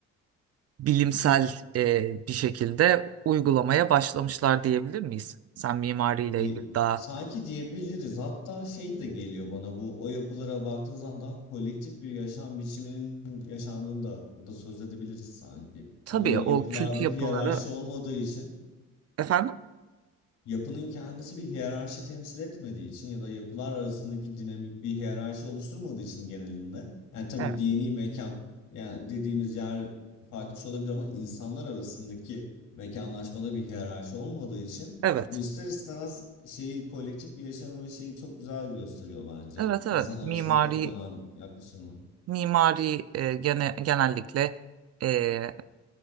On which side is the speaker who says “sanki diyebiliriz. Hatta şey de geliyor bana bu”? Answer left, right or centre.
Left